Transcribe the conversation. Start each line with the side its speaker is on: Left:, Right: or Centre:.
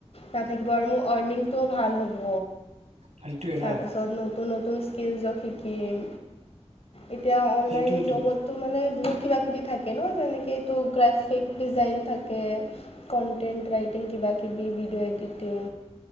Left: নাথাকিব আৰু মোৰ অৰ্ণিংটোও ভাল হ'ব।
Right: সেইটোয়ে
Left: তাৰপিছত
Right: ন
Left: নতুন নতুন স্কিলছক শিকিম। এতিয়া অনলাইন
Right: সেইটোয়েটো
Left: জবতো মানে বহুত কিবা কিবি থাকে। ন যেনেকেটো গ্ৰাফিক ডিজাইন থাকে কটেন্ট ৰাইটিং কিবা কিবি। ভিডিঅ' এডিটিং